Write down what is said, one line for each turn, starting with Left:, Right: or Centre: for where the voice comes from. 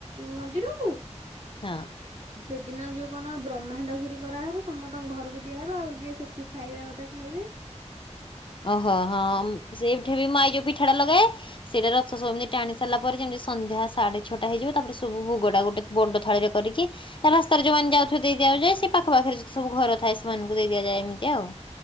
Right: ମନ୍ଦିରକୁ।
Left: ହଁ।
Right: ସେଦିନ ଯୋଉ କଣ ବ୍ରହ୍ମାଣ୍ଡଗିରି କରାହବ ସମସ୍ତଙ୍କ ଘରକୁ ଦିଆହେବ ଆଉ ଯିଏ ସେଠି ଖାଇବା କଥା ଖାଇବେ।
Left: ଓହୋଃ ହଁ ହଁ ସେଇଠି ବି ମା <unintelligible> ପିଠାଟା ଲଗାଏ, ସେଇଟା ରଥ ସବୁ ଏମିତି ଟାଣି ସାରିଲା ପରେ ଯେମିତି ସନ୍ଧ୍ୟା ସାଢେ ଛଅଟା ହେଇଯିବ ତାପରେ ସବୁ ଭୋଗଟା ଗୋଟେ ବଡ ଥାଳିରେ କରିକି ରାସ୍ତାରେ ଯୋଉମାନେ ଯାଉଥିବେ ଦେଇ ଦିଆଯାଏ ସେ ପାଖପାଖରେ ଯେତେ ସବୁ ଘର ଥାଏ ସେମାନଙ୍କୁ ଦେଇ ଦିଆଯାଏ ଏମିତି ଆଉ